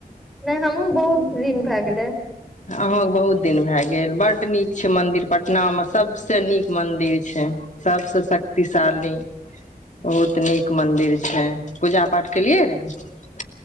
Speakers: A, in the centre; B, on the left (about 50°).
A: नहि हमहूँ बहुत दिन भए गेलै
B: अहूँके बहुत दिन भए गेल बड्ड नीक छै मन्दिर पटनामे सभसँ नीक मन्दिर छै सभसँ शक्तिशाली बहुत नीक मन्दिर छै पूजा पाठ केलियै रए